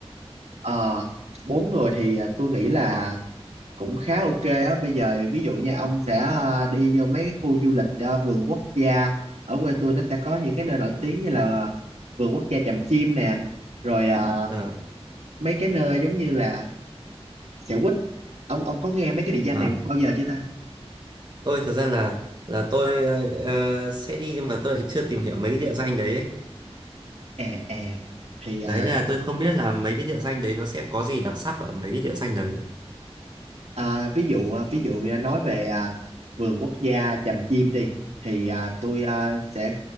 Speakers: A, on the right; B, on the right.
A: ờ bốn người thì à, tôi nghĩ là cũng khá ok á bây giờ ví dụ nha ông sẽ à, đi vô mấy cái khu du lịch à, vườn quốc gia ở quê tôi nó sẽ có những cái nơi nổi tiếng như là vườn quốc gia Tràm Chim nè rồi à,
B: ờ
A: mấy cái nơi giống như là Xẻo Quýt ông ông có nghe mấy cái địa danh
B: à,
A: này bao giờ chưa ta
B: tôi thật ra là là tôi ờ, ờ, sẽ đi nhưng mà tôi lại chưa tìm hiểu mấy cái địa danh đấy ấy.
A: à à thì à,
B: đấy là tôi không biết là mấy cái địa danh đấy nó sẽ có gì đặc sắc ở mấy cái địa danh đấy
A: À, ví dụ à, ví dụ à, nói về à, vườn quốc gia Tràm Chim đi thì à, tôi à, sẽ